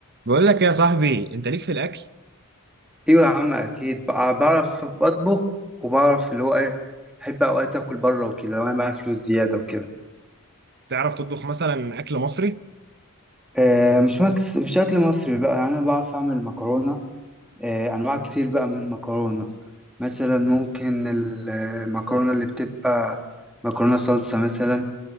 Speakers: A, on the right (about 50°); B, in the centre.
A: بقول لك إيه يا صاحبي انت ليك في الاكل
B: ايوه يا عم اكيد بع- بعرف اطبخ وبعرف اللي هو ايه بحب اوقات اكل بره وكده لو انا معايا فلوس زياده وكده
A: تعرف تطبخ مثلا اكل مصري
B: آه مش مكس مش اكل مصري بقى يعني انا بعرف اعمل مكرونه آه انواع كتير بقى من المكرونه مثلا ممكن المكرونه اللي بتبقى مكرونه صلصه مثلا